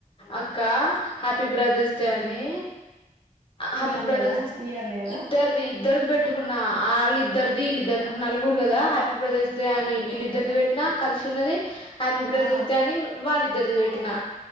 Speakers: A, on the left; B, on the right.
A: అక్క హ్యాప్ పి బ్రదర్స్ డే అని హ్యాపీ
B: మీ అన్నయ్యదా
A: బ్రదర్స్
B: ఈ అన్నయ్యదా
A: ఇద్దరిది ఇద్దరిది బెట్ అట్టుకున్న అల్ ఇద్దరిది వీళ్ళిద్దర్ నాకు నలుగురు కదా పి బ్రదర్స్ డే అని విళ్లీద్దర్ ఇదివేట్నా కలిసి తున్నది హ్యాపీ బ్రదర్స్
B: ఆ
A: డే అని వాళ్ళి ఇదర్దీ వేటినా